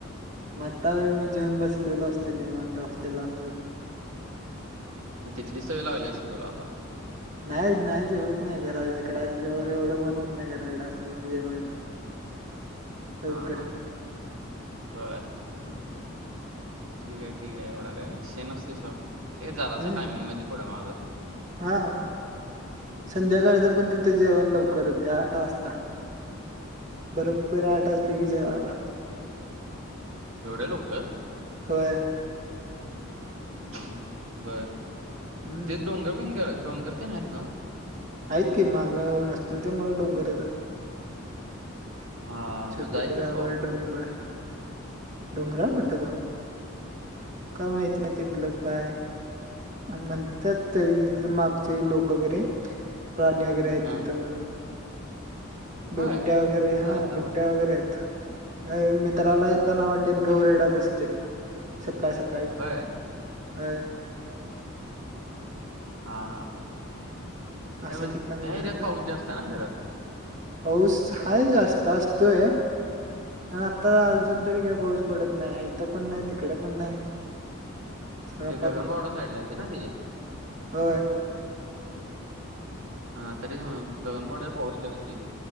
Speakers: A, on the right; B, on the right.
A: मग आत्ता मी जेवन बसलेलो असतो निवांत होस्टेलला असलो की,
B: मग तिथली सवय लागली असेल तुम्हाला आता
A: नाही नाही जेवत नाही. घराकडे असल्यावर एवढं मन होत नाही. घराकडे असल्यावर जेवायचं लवकर
B: हा हा बर ठीक आहे. ठीक आहे. एवढा काय विषय नसतोय सोड. ते जरास
A: हम्म
B: टायमिंग मध्ये पुढं मागं
A: हा संध्याकाळचं पण तिथं जेवण लवकर होते. आठ वाजता बरोबर आठ वाजली कि जेवायला,
B: एवढया लवकर
A: होय
B: हम्म बर
A: हम्म
B: तेच डोंगर बिंगर डोंगर तेन आहेत नव्ह
A: आहेत. की मागं असतील तर मग डोंगरच आहे.
B: हा
A: छोटे
B: मग जाईत नाहीस
A: गावं
B: कवा
A: डोंगर डोंगरावर पटत त काय माहिती नाही तिथलं काय म्हणतात तरी तिथले मागचे लोक वगैरे प्राणी वगैरे आहेत
B: हा
A: तिथं म्हणून
B: होय
A: बिबट्या वगैरे
B: जायचं
A: हा बिबट्या
B: भाई
A: वगैरे आहेत ह म मला येताना वाटत गौरेडा दिसते सकाळी सकाळी
B: होय
A: ह
B: हा हा अ
A: अशा
B: म्हण
A: ठिकाणी
B: त्या
A: जायचं
B: हिऱ्यात पाऊस जास्त ना खरं
A: पाऊस हाय जास्त असतोय पण आता अजून तरी काय पाऊस पडत नाही इथ पण नाही तिकडे पण नाही सगळा
B: तेे गगनबावडा साईड ला येते ना ते
A: हो
B: हा तरी गगनबाड पोहोचली असते